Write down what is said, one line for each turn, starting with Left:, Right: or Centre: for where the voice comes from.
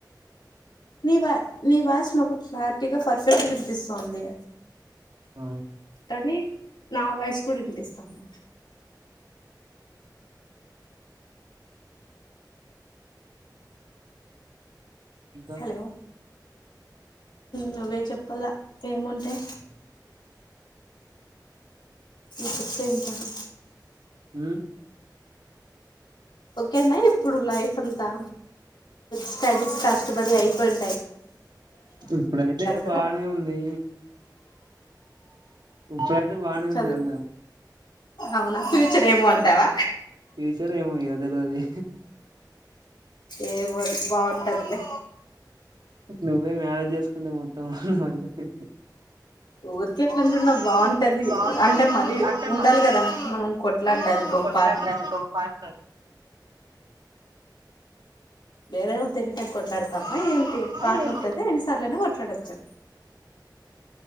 Left: నివా ని వాయిస్ నాకు క్లారిటీ గా పర్ఫెక్ట్ గా వినిపిస్తోంది.
Right: ఆ
Left: కానీ నా వాయిస్ కూడా ఇనిపిస్తాంది
Right: ఇంకా
Left: హలో నువ్వే చెప్పల్ల. ఏముంటాయి? నువ్వు చెప్తే ఇంటాను.
Right: మ్
Left: ఓకేనా ఇప్పుడు లైఫ్ అంతా స్టడీస్ కష్టపడి అయిపోయి
Right: ఇప్పుడైతే
Left: కదా
Right: బానే ఉంది ఉషార్ అయితే బానే
Left: చదువు
Right: ఉంది అంటాన్న
Left: అవునా ఫ్యూచర్ ఏమో అంటావా
Right: ఫ్యూచర్ ఏమో ఇగ తెలువది
Left: ఏమవదు బాగుంటాదిలే.
Right: నువ్వే మ్యారేజ్ చేసుకుంటే మొత్తం అయితాది
Left: ఊరికే అట్లంటన్న బావుంటది.
Right: బాగుంటది
Left: అంటే మరీ,
Right: అంటే
Left: ఉండాలి కదా మనం కొట్లాడ్డానికి పా
Right: కొట్లాడ్డానికి ఓ పార్ట్నర్
Left: వేరే వాల్ తింటే కొట్లాడతాం మా ఏంటి పార్ట్నర్
Right: ఏంటి
Left: తో అయితే ఎన్నిసార్లయినా కొట్లాడొచ్చు.